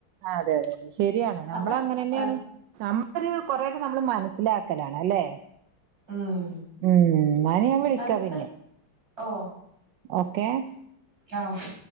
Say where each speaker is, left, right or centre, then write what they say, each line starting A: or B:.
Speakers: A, on the right; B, on the right.
A: ആ അതെ അതെ അതെ ശരിയാണ് നമ്മള
B: അപ്പ
A: അങ്ങനെ തന്നെയാണ്
B: ആ
A: നമ്മളരു കൊറെയൊക്കെ നമ്മള് മനസ്സിലാക്കലാണ് അല്ലേ
B: ഉം
A: ഉം ഞാൻ വിളിക്കാ
B: പരസ്പരം
A: പിന്നെ
B: ഓ
A: ഓക്കെ.
B: ആഹ് ഓക്കെ.